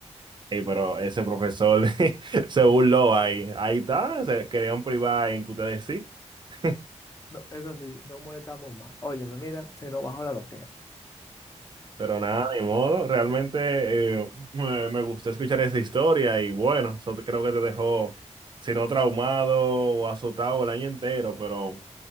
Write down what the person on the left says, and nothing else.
No, eso sí, no molestamos más. Óyeme, mira, se nos bajó la loquera.